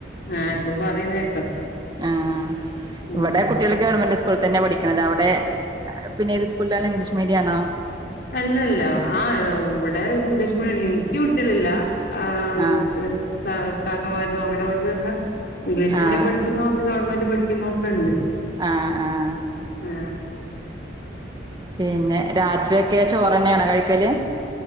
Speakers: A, on the left; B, on the right.
A: ആഹ് ഇപ്പൊ പറയുന്നേക്കാം
B: ആഹ്
A: ഉം
B: ഇവിടെ കുട്ടികൾ. ഗവൺമെന്റ് സ്കൂളിൽ തന്നെ പഠിക്കുന്നത് അവിടെ പിന്നെ ഏത് സ്കൂളിലാണ് ഇംഗ്ലീഷ് മീഡിയ ആണോ?
A: അല്ലല്ല ആ ഇവിടെ ഇംഗ്ലീഷ് മീഡിയം എനിക്ക് കുട്ടിയ ളില്ല. <unintelligible>
B: ആഹ്
A: ഇംഗ്ലീഷ് മീഡിയം
B: ആഹ്
A: പഠിക്കുന്നതുണ്ട് ഗവൺമെന്റ് പഠിക്കുന്നതൊക്കെ ണ്ട്.
B: ആഹ് ആഹ്
A: ഏഹ്
B: പിന്നെ രാത്രി ഒക്കെ ചോറന്നേണോ കഴിക്കല്?